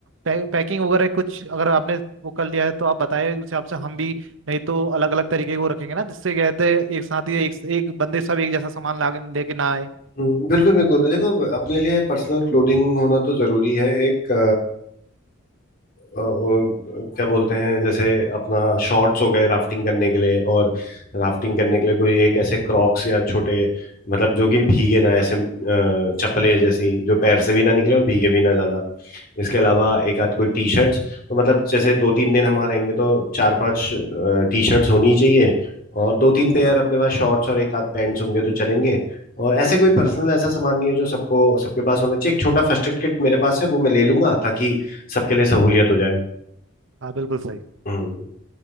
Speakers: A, on the right; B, on the left.
A: पैकिंग वगैरह कुछ अगर आपने वो कर लिया है तो आप बताइए उस हिसाब से हम भी नहीं तो अलग अलग तरीके के वो रखेंगे ना जिससे कहते हैं एक साथ ही एक एक बंदे सब एक जैसा सामान लाके लेके ना आए
B: हम्म, बिल्कुल बिल्कुल देखो अपने लिए पर्सनल क्लोथिंग होना तो जरूरी है एक अ, वो क्या बोलते हैं जैसे अपना शॉर्ट्स हो गए राफ्टिंग करने के लिए और राफ्टिंग करने के लिए कोई एक ऐसे क्रॉक्स या छोटे मतलब जो कि भीगे ना ऐसे अ, चप्पलें जैसी जो पैर से भी ना निकले
A: या
B: और भीगे भी ना ज्यादा इसके अलावा
A: हाँ
B: एक आध
A: बिल्कुल
B: कोई टी शर्ट्स तो मतलब जैसे दो तीन दिन हम रहेंगे तो चार पांच टी शर्ट्स होनी ही चाहिए और दो तीन पेयर
A: या
B: अपने पास शॉर्ट्स और एक आध पैंट्स होंगे तो चलेंगे और ऐसे कोई पर्सनल
A: या
B: ऐसा सामान नहीं है जो सबको सबके पास होना चाहिए एक छोटा फर्स्ट एड किट मेरे पास है वो मैं ले लूंगा ताकि सबके लिए सहूलियत हो जाए
A: हाँ बिल्कुल सही
B: हम्म